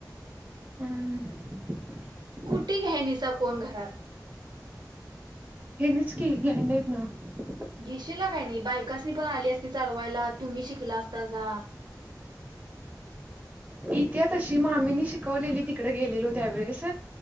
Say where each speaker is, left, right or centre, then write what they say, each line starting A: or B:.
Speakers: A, on the right; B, on the right.
A: हम्म..
B: ती घ्याय नाहीसा कोण घरात...
A: हेनीच की घ्याय नाहीत नव्हं.
B: घेशीला काय नाही बायकासनी पण आली असती चालवायला तुम्ही शिकला असतासा.
A: इत्या तशी मामींनी शिकवलेली तिकडे गेलेलो त्यावेेळेस